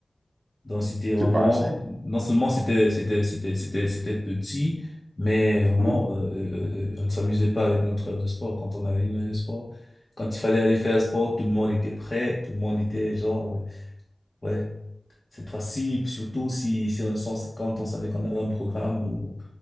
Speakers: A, on the left; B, on the right.
A: Donc c'était vraiment,
B: c'est pas assez.
A: non seulement c'était c'était c'était c'était c'était petit, mais vraiment
B: Mhm.
A: euh, euh, euh, euh, on ne s'amusait pas avec notre heure de sport. Quand on avait une heure de sport, quand il fallait aller faire sport, tout le monde était prêt, tout le monde était genre euh, ouais cette fois-ci, surtout si si on sens- quand on savait qu'on avait un programme où